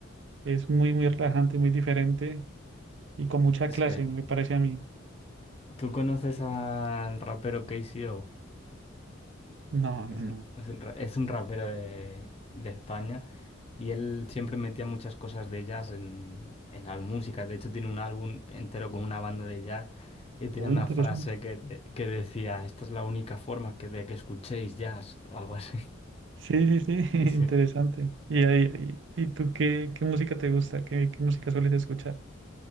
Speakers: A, on the right (about 65°); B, on the left (about 30°).
A: es muy, muy relajante, muy diferente y con mucha
B: Es
A: clase,
B: que
A: me parece a mí.
B: tú conoces al rapero KCO,
A: No,
B: que
A: no,
B: es
A: no.
B: un, es un ra- es un rapero de, de España, y él siempre metía muchas cosas de jazz en, en las músicas. De hecho, tiene un álbum entero con una banda de jazz y tiene
A: Muy
B: una
A: interesante.
B: frase que, de- que decía, esta es la única forma que, de que escuchéis jazz o algo así.
A: Sí, sí, sí, <laughs>
B: <laughs>
A: interesante. ¿Y, ahí-
B: Sí.
A: y, y tú qué, qué música te gusta? ¿Qué, qué música sueles escuchar?